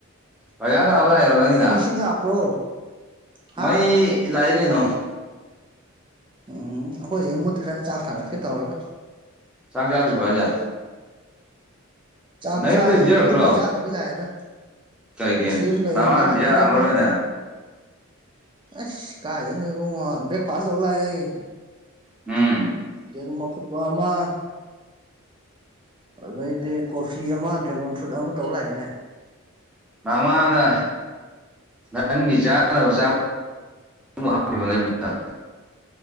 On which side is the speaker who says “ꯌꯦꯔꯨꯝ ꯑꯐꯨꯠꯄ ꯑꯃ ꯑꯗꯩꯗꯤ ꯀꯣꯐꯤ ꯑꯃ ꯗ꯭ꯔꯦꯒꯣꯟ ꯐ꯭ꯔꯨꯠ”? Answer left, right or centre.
Right